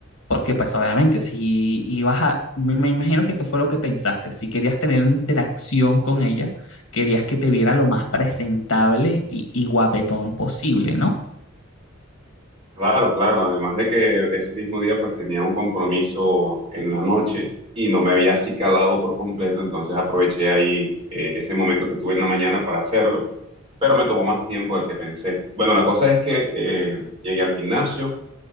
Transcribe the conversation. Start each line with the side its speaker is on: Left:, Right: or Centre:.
Left: porque pues obviamente si ibas a, me, me imagino que esto fue lo que pensaste, si querías tener una interacción con ella, querías que te viera lo más presentable y, y guapetón posible, ¿no?
Right: Claro, claro. Además de que ese mismo día pues tenía un compromiso en la noche y no me había acicalado por completo. Entonces aproveché ahí eh, ese momento que tuve en la mañana para hacerlo. pero me tomó más tiempo del que pensé. Bueno, la cosa es que eh, llegué al gimnasio,